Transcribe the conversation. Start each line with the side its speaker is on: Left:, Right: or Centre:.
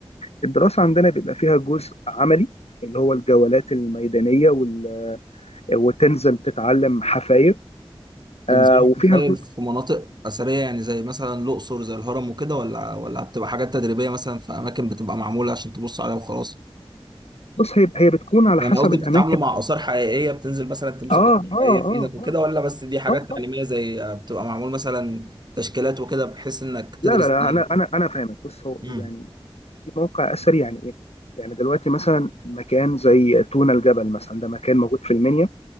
Left: فالدراسة عندنا بيبقى فيها جزء عملي اللي هو الجولات الميدانية وال- وتنزل تتعلم حفاير
Right: تنزلوا
Left: آه، وفيها
Right: تتفاعل
Left: جزء
Right: في مناطق أثرية يعني زي مثلا الأقصر زي الهرم وكده ولا ولا بتبقى حاجات تدريبية مثلا في أماكن بتبقى معمولة عشان تبص عليها وخلاص
Left: بص هي هي بتكون على
Right: يعني
Left: حسب
Right: قصدي
Left: الأماكن
Right: بتتعاملوا مع آثار حقيقية بتنزل مثلا تمسك
Left: آه
Right: آثار
Left: آه آه
Right: حقيقية في إيدك وكده
Left: آه,
Right: ولا بس دي حاجات
Left: آه طبعا
Right: تعليمية زي بتبقى معمول مثلا تشكيلات وكده بحيث إنك تدرس
Left: لا لا لا
Right: ليه
Left: أنا أنا أنا فاهمك بص هو
Right: امم
Left: إيه، يعني في موقع أثري يعني إيه؟ يعني دلوقتي مثلا مكان زي تونا الجبل مثلا ده مكان موجود في المنيا